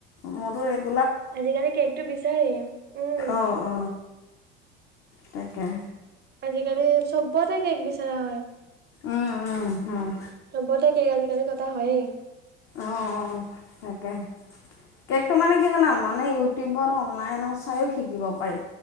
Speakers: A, on the left; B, on the right.
A: মোৰো এক
B: আজিকালি কেকটো বিচাৰেই। উম
A: অ অ তাকে।
B: আজিকালি চবতে কেক বিচৰা হয়।
A: উম উম হয়
B: চবতে কেক আজি কালি কতা হয়েই।
A: অঁ অঁ তাকে। কেকটো মানে কি জান মানে ইউটিউবত অনলাইন চাইও শিকিব পাৰি